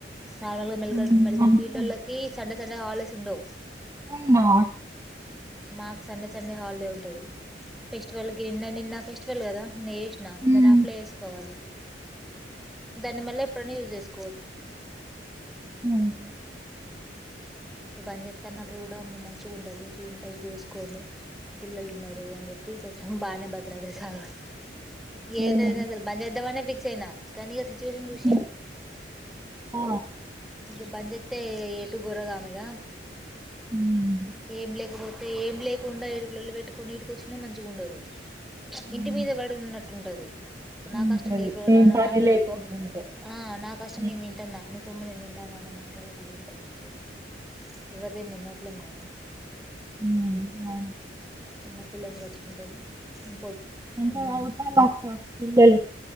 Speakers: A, in the centre; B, on the right.
A: నార్మల్ గా మెడికల్
B: ఉమ్,
A: మెడికల్
B: మంచిగా
A: ఫీల్డ్ ఓళ్లకి సండె సం డే హాలిడేస్ ఉండవు
B: అవునా
A: మాకు సండే సండే హాలిడే ఉంటది ఫెస్టివల్కి నిన్న నిన్న ఫెస్టివల్ కదా నిన్న చెసిన
B: ఉమ్
A: దాన్ని అప్లే వేసుకోవాలి దాన్ని మల్ల ఎప్పుడన్న యూజ్ చేసుకో
B: మంచిగ
A: అప్పుడు బంజేతనప్పుడు కూడా అమ్మ మంచిగా ఉంటుంది మంచిగా చేసుకొని పిల్లలు ఉన్నారు అని చెప్పి కొంచెం బాగానే బతిలాడీల్లు సార్ వాళ్ ఏదైనా
B: ఉమ్,
A: అసల్ బంచేద్దామనే ఫీక్ చేనా కని అ జుజున్ చూసి
B: ఉమ్, ఆ
A: ఇగ బంద్ చెతే గోరగామిగ
B: ఉమ్
A: ఏం లేకపోతే తే ఏం లేకుండా ఇడి లొల్లి పెట్టుకొని ఇడికొచ్చిన మంచిగ ఉండదు
B: అవును
A: ఇంటి మీద వాడి ఉన్నట్ టుంటది ఇప్పుడు నా
B: ఉంటది
A: కష్టం నీతో
B: ఏం
A: నేను
B: పని
A: మాట్లాడననుకొ
B: లేకుండా ఉంటే
A: ఆ నా కష్టం నిన్ కష్టం
B: ఉమ్
A: నేను తింటున్నా నీ సొమ్ము నేన్ తిం మాట్లాడకడున్ మంచిగా ఎవరిది నిన్నట్లేం గాద
B: అవును
A: అమ్మ పిల్లల్ని పట్టుకుంటది హు
B: మంచిగ చదువుతళ్ళ అక్క పిల్లలు